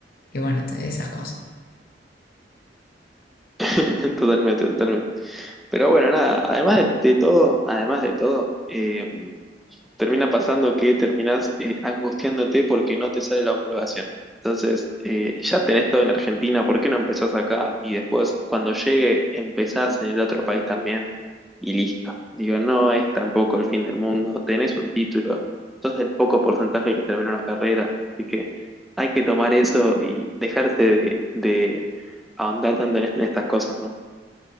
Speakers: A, on the left; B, in the centre.
A: Y bueno, te- esas cosas.
B: <laughs> Totalmente, totalmente. Pero bueno, nada, además de, de todo, además de todo, eh, termina pasando que terminás eh, angustiándote porque no te sale la homologación. Entonces, eh, ya tenés todo en Argentina, ¿por qué no empezás acá? Y después, cuando llegue, empezás en el otro país también y listo. Digo, no es tampoco el fin del mundo, tenés un título, sos el poco porcentaje que termina una carrera, así que hay que tomar eso y dejarse de, de ahondar tanto en, en estas cosas, ¿no?